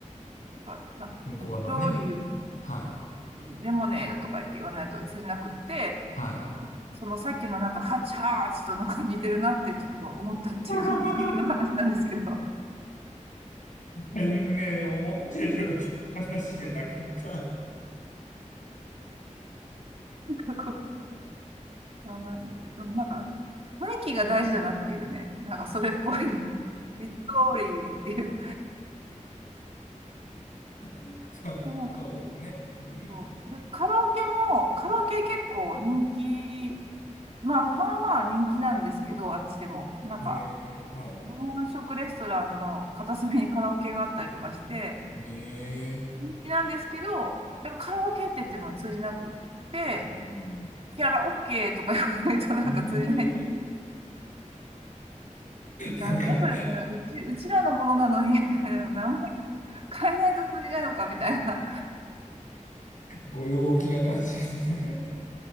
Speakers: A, on the right (about 50°); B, on the left (about 75°).
A: なんか、なんか緑、
B: 向こうのね。はい。
A: レモネードとか言って言わないと通じなくって、
B: はい。
A: そのさっきのなんか、ハチハーチとなんか似てるなってちょっと思ったっていうだけの話なんですけど。
B: <laughs> 全然思ってる <laughs> 話じゃなかった。
A: なんかこう、あの、なんか、雰囲気が大事だなっていうね。なんかそれっぽい。<laughs> ミッド通りっていう。
B: <laughs> そうそうですね。
A: でなんか
B: うん。
A: こうでカラオケも、カラオケ結構人気、まあまあまあ人気なんですけど、あっちでも。なんか、
B: えー、はい。
A: 日本食レストランの片隅にカラオケがあったりとかして、
B: え
A: 人気なんですけど、でもカラオケって言っても通じなくって、
B: ー、うん。
A: キャラオケとか言わないとなんか通じない
B: <laughs> えー
A: 何やそれみたいな。
B: なんか、
A: うち、うちらのものなのに <laughs> 名前変えないと通じないのかみたいな。
B: ご陽気な感じですね。